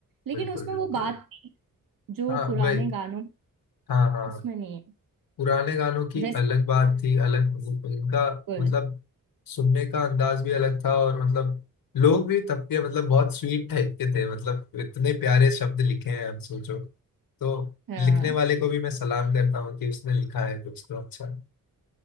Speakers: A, on the right; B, on the left.
A: लेकिन
B: बिल्कुल
A: उसमें
B: बिल्कुल
A: वो बात नहीं है जो
B: हाँ
A: पुराने
B: भाई
A: गानों में
B: हाँ हाँ
A: उसमें नहीं है
B: पुराने गानों की
A: जैसे
B: अलग बात थी अलग उनका
A: बिल्कुल
B: मतलब सुनने का अंदाज भी अलग था और मतलब लोग भी तब के मतलब बहुत स्वीट टाइप के थे मतलब इतने प्यारे शब्द लिखे हैं अब सोचो तो
A: हाँ
B: लिखने वाले को भी मैं सलाम करता हूँ कि उसने लिखा है कुछ तो अच्छा